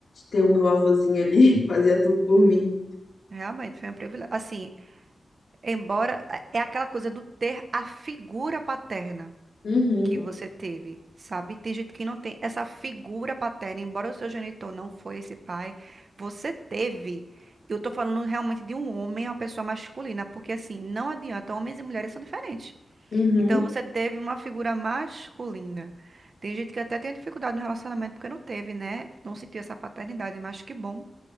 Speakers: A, on the left; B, on the right.
A: ter o meu avôzinho ali, <laughs> fazia tudo por mim.
B: Realmente foi um privilégio. Assim, embora é é aquela coisa do ter a figura paterna
A: Uhum.
B: que você teve, sabe? Tem gente que não tem essa figura paterna, embora o seu genitor não foi esse pai, você teve. Eu tô falando realmente de um homem, uma pessoa masculina, porque assim, não adianta, homens e mulheres são diferentes.
A: Uhum.
B: Então você teve uma figura masculina. Tem gente que até tem dificuldade no relacionamento porque não teve, né? Não sentiu essa paternidade, mas que bom